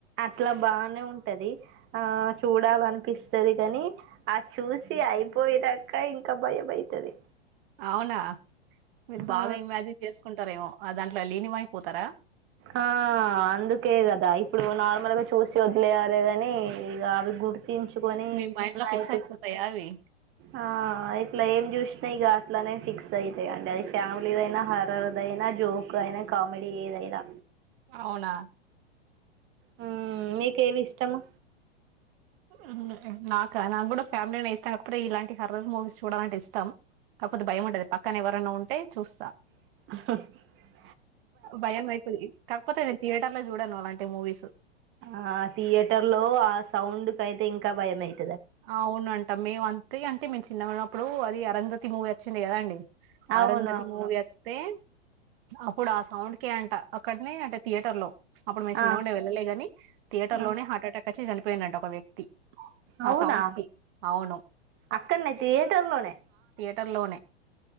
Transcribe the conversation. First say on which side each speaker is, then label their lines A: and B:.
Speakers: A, on the right (about 35°); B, on the right (about 55°).
A: అట్లా బానే ఉంటది ఆ చూడాలనిపిస్తది కాని ఆ చూసి అయిపోయినాక ఇంకా భయం అయితది
B: అవునా మీరు బాగా
A: ఆ
B: ఇమాజిన్ చేసుకుంటారేమో ఆ దాంట్లో ట్ల లీనిమయి పోతారా
A: ఆ అందుకే కదా ఇప్పుడు నార్మల్ గా చూసి వదిలేయారేదాని ఇక అవి గు ర్తించుకొని
B: మీ మైండ్ లో
A: నైట్
B: ఫిక్స్ అయిపోతాయా అవి
A: ఆ ఇట్లా ఏం చూసినా ఇక అట్లనే ఫిక్స్ అయితాయండి అది ఫ్యామిలీదయినా హరదయినా జోక్ అయినా కామెడీ ఏదైనా
B: అవునా
A: హమ్ మీకేవి ఇష్టము
B: హమ్ అ నాక నాక్కూడ ఫ్యామిలీనే ఇష్టం కాకపోతే ఇలాంటి హరర్ మూవీస్ చూడలీ అంటే ఇష్టం కాకపోతే భయం ఉంటది పక్కన ఎవరన్న ఉంటే చూస్తా
A: <unintelligible>
B: భయం అయితది కక్పోతతే నేన్ తథయటర్లలో చూడాను అలాంటి మూవీస్
A: ఆ థియేటర్ లో ఆ సౌండ్ కి అయితే ఇంకా భయ అయితుంది
B: అవును అంటా మేము అంతే అంటే మేము చిన్న ప్పుడు అది అరంధతీ మూవీ వచ్చింది కదా అండి
A: అవును
B: అరుంధతి
A: అవును
B: మూవీ వస్తే అప్పుడు సౌండ్ కే అంట అక్కడనే అంటే థియేటర్ లో అప్పుడు మేము
A: ఆ
B: చిన్నగుండె వెళ్లేగానీ థియేటర్
A: ఆ
B: లోనే హార్ట్ అటాక్ వచ్చి చని పోయినట్టు ఒక వ్యక్తి
A: అవునా
B: ఆ సౌండ్స్ కి అవును
A: అక్కనే థియేటర్ లోనే
B: టర్ లోనే